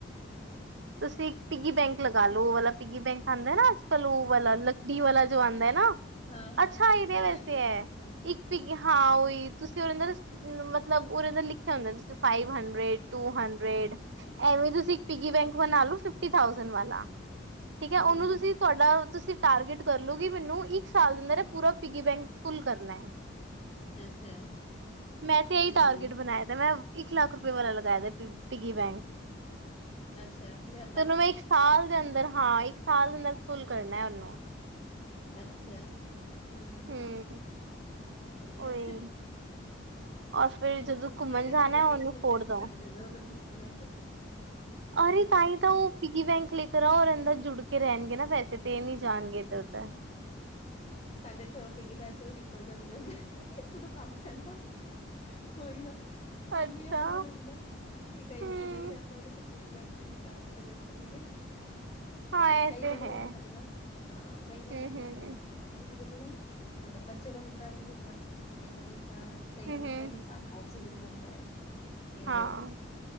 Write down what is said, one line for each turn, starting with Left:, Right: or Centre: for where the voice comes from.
Right: ਤੁਸੀਂ ਇੱਕ ਪਿਗੀ ਬੈਂਕ ਲਗਾ ਲਓ ਉਹ ਵਾਲਾ ਪਿਗੀ ਬੈਂਕ ਆਂਦਾ ਨਾ ਅੱਜ ਕੱਲ ਉਹ ਵਾਲਾ ਟੀ ਵਾਲਾ ਜੋ ਆਂਦਾ ਨਾ
Left: ਹਾਂ-ਹਾਂ,
Right: ਅੱਛਾ ਇਹਦੇ
Left: ਜੈਸੇ
Right: ਵਾਸਤੇ
Left: ਹੰਡਰਡ
Right: ਹੈ
Left: ਰੁਪੀਜ਼ ਵਾਲਾ,
Right: ਇੱਕ ਪਿਗੀ ਹਾਂ
Left: ਹਾਂ-ਹਾਂ,
Right: ਉਹੀ ਤੁਸੀਂ ਉਹਦੇ ਅੰਦ ਮਤਲਬ ਉਹਦੇ ਤੇ ਲਿਖਿਆ ਹੁੰਦਾ ਸੀ ਫਾਈਵ ਹੰਡਰੇਡ ਟੂ ਹੰਡਰੇਡ ਏਵੇਂ ਤੁਸੀਂ ਇੱਕ ਪਿਗੀ ਬੈਂਕ ਬਨਾ ਲਓ ਫਿਫਟੀ ਥਾਊਸੈਂਡ ਵਾਲਾ ਠੀਕ ਹੈ
Left: ਹੂੰ,
Right: ਉਹਨੂੰ ਤੁਸੀਂ ਤੁਹਾਡਾ ਤੁਸੀਂ ਟਾਰਗੇਟ ਕਰ ਲਓਗੀ ਮੈਨੂੰ ਇੱਕ ਸਾਲ ਅੰਦਰ ਇਹ ਪੂਰਾ ਪਿਗੀ ਬੈਂਕ ਫੁੱਲ ਕਰਨਾ
Left: ਅੱਛਾ,
Right: ਮੈਂ ਤੇ
Left: ਹੂੰ,
Right: ਇਹੀ ਟਾਰਗੇਟ ਬਣਾਇਆ ਦਾ ਮੈਂ ਇੱਕ ਲੱਖ ਰੁਪਏ ਵਾਲਾ ਲਗਾਇਆ ਦਾ ਪ ਪਿਗੀ ਬੈਂਕ
Left: ਅੱਛਾ ਲਿਆਂਦਾ
Right: ਤੇ ਉਹਨੂੰ
Left: ਵਾ
Right: ਮੈਂ ਇੱਕ ਸਾਲ ਦੇ ਅੰਦਰ, ਹਾਂ ਇੱਕ ਸਾਲ ਦੇ ਅੰਦਰ ਫੁੱਲ ਕਰਨਾ ਉਹਨੂੰ
Left: ਅੱਛਾ ਹੁ
Right: ਹੂੰ।
Left: ਵਧੀਆ
Right: ਉਹੀ
Left: ਤੇ
Right: ਔਰ ਫੇਿਰ
Left: ਹਾਂ
Right: ਜਦੋਂ ਘੁੰਮਣ
Left: ਸਾਡੇ
Right: ਜਾਣਾ,
Left: ਭਾਜਾ ਬਈ
Right: ਉਹਨੂੰ
Left: ਨੀ ਹੁੰਦੇ
Right: ਫੋੜ
Left: ਨਾ
Right: ਦਓ।
Left: ਸਾਡੇ ਤੇ ਇੱਧਰ-ਉਧਰ ਨਿਕਲ ਜਾਂਦੇ।
Right: ਅਰੇ ਤਾਂ ਹੀ ਤਾਂ ਉਹ ਪਿਗੀ ਬੈਂਕ ਲੇਕਰ ਆਉ, ਅੰਦਰ ਜੁੜ ਕੇ ਰਹਿਣਗੇ ਨਾ ਵੈਸੇ ਤੇ ਨਹੀਂ ਜਾਣਗੇ ਇੱਧਰ ਤਾਂ।
Left: ਸਾਡੇ ਇੱਥੇ ਉਹ ਪਿੱਗੀ ਬੈਂਕ ਤੋਂ ਹੀ ਨਿਕਲ ਜਾਂਦੇ ਹੁੰਦੇ ਜਦੋਂ ਕੰਮ ਪੈਂਦਾ। ਹੋ ਈ ਨਾ ਕੰਮ
Right: ਅੱਛਾ
Left: ਹੀ ਇਹੋ ਜਿਹਾ ਲਗਦਾ। ਕਿ ਕਈ
Right: ਹੂੰ
Left: ਵਾਰੀ ਨਹੀਂ ਰਹਿੰਦਾ ਤੇ ਫਿਰ ਬਿੱਗੀ ਬੈਂਕ ਚੋ ਈ ਨਿਕਾਲ ਕੇ ਦੇਣੇ ਪੈਂਦੇ।
Right: ਹਾਂ ਇਹ
Left: ਕਈ
Right: ਤੇ
Left: ਵਾਰ ਹੋਇਆ
Right: ਹੈ
Left: ਸਾਡੇ ਨਾਲ ਹਾਂ ਕਈ ਵਾਰ
Right: ਹੂੰ
Left: ਸਾਡੇ ਨਾਲ
Right: ਹੂੰ।
Left: ਇਸ ਤਰ੍ਹਾਂ ਹੁੰਦਾ। ਕਿਉਂਕਿ ਜਦੋਂ ਨਾ ਮਤਲਬ ਬੱਚੇ ਲੋਕ ਨੂੰ ਜਦ ਤਕ ਮਤਲਬ ਇਸ ਤਰ੍ਹਾਂ ਕਈ
Right: ਹੂੰ,
Left: ਵਾਰੀ
Right: ਹੂੰ,
Left: ਇਸ ਤਰ੍ਹਾਂ ਹੀ ਕੰਮ ਆ ਸੀਜਨ ਰਹਿੰਦਾ ਹੈ ਫੇਰ
Right: ਹਾਂ,